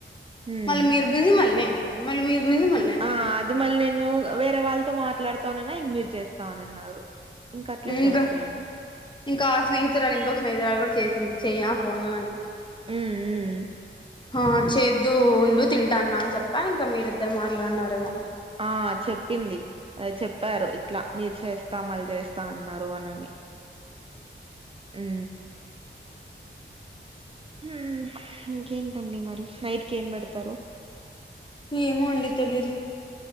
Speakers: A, on the right; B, on the left.
A: హ్మ్.
B: మళ్ళీ మీరు బిజీ మళ్ళ నేను బిజీ మళ్ళీ మీరు బిజీ మళ్ళీ నేను బి
A: ఆ! అది మళ్ళీ నేను వేరే వాళ్తో మాట్లాడతొననా ఇంక మీరు చేస్తావున్నింన్నరు ఇంక అట్లే సరిపోయింది
B: ఇంకా ఇంకా ఆ స్నేహితురాలు ఇంకో స్నేహితురాలు కూడ చేసింది చైనా ఫోను అని
A: ఉ ఉ
B: ఆ చేద్దువుండు తింటాన్నా అని చెప్పా ఇంకా మీరిద్దరు మాట్లాడ్నారేమో
A: ఆ చెప్పింది చెప్పారు ఇట్ల మీరు చేస్తాం మళ్ చేస్త అన్నారు అనని ఉ హుహ్ ఇంకేంటండి మరి నైట్కేం పెడ్తరు
B: ఏమో అండి తెలీదు